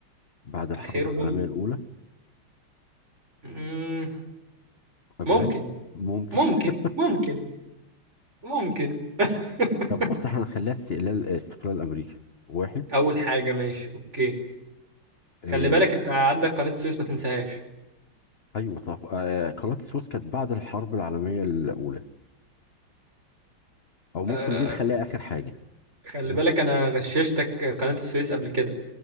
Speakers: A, on the left (about 40°); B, on the right (about 30°).
A: بعد الحرب
B: آخرهم
A: العالمية الاولى
B: مم،
A: قبلها
B: ممكن
A: ممكن
B: ممكن
A: <laughs>
B: ممكن ممكن <laughs>
A: طب بص احنا هنخليها استقلال استقلال امريكا واحد
B: اول حاجه ماشي اوكي
A: آه،
B: خلي بالك انت عندك قناه السويس ما تنساهاش
A: ايوه طب آه قناه السويس كانت بعد الحرب العالميه الاولى او ممكن
B: أه
A: دي نخليها اخر حاجه
B: خلي
A: ماشي
B: بالك انا غششتك قناه السويس قبل كده